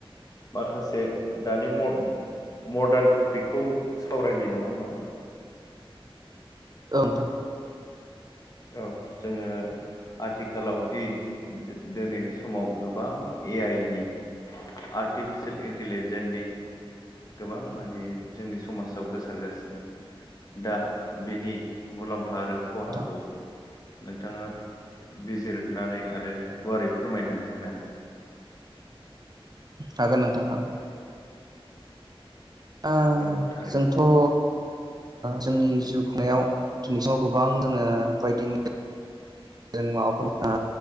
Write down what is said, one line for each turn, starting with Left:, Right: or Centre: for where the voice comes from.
Left: माखासे दानि मदार्न टपिकखौ सावरायनाय नङा होमबा
Right: ओं थां
Left: औ जोङो आथिखालाव दि दिनैनि समाव गोबां ए आइ नि आर्टिफिसियेल इन्टिलिजेन्सनि गोबां माने जोंनि समाजाव गोसारगासिनो दा बेनि मुलाम्फा आरो खहाखौ
Right: नोंथां
Left: नोंथाङा बिजिरनानै आरो गुवारै फोरमायनानै होनो हागोन
Right: हागोन नोंथां हागोन ओ
Left: औ थारैनो
Right: जोंथ' ओ जोंनि जिउ खुंनायाव दिनैसिमाव गोबां जोङो बायदि म जों माबाफोर ओ